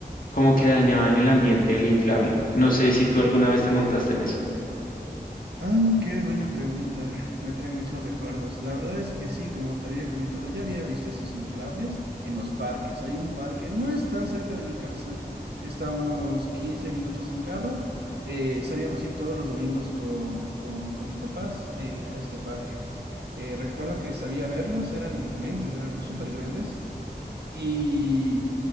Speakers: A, on the left (about 55°); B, on the right (about 80°).
A: como que dañaban el ambiente del inflable. No sé si tú alguna vez te montaste en eso.
B: Ah, qué buena pregunta. Me trae muchos recuerdos. La verdad es que sí, como te había comentado, ya había visto esos inflables en los parques. Hay un parque, no es tan cerca de mi casa, está a unos 15 minutos en carro. Eh, solíamos ir todos los domingos con, con- con mis papás eh, a este parque. Eh, recuerdo que sabía verlos, eran imponentes, eran súper grandes. Y